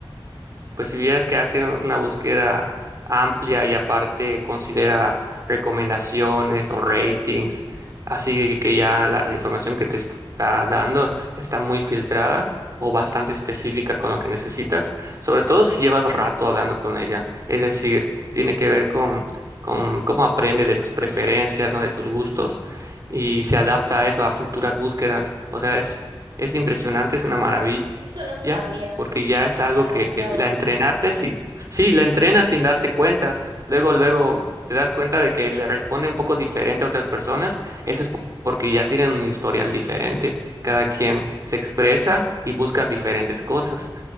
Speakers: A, on the right; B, on the right.
A: pues si vieras que hace una búsqueda amplia y aparte considera recomendaciones o ratings, así que ya la, la información que te está dando está muy filtrada o bastante específica con lo que necesitas, sobre todo si llevas rato hablando con ella. Es decir, tiene que ver con, con cómo aprende de tus preferencias, ¿no? De tus gustos y se adapta a eso, a futuras búsquedas. O sea, es, es impresionante, es una maravilla
B: eso no sabía.
A: ¿ya? Porque ya es
B: Se
A: algo
B: adaptaba.
A: que, que la entrenaste, sí, sí, la entrenas
B: Claro.
A: sin darte cuenta. Luego, luego te das cuenta de que le responde un poco diferente a otras personas. Eso es porque ya tienen un historial diferente. Cada quien se expresa y busca diferentes cosas.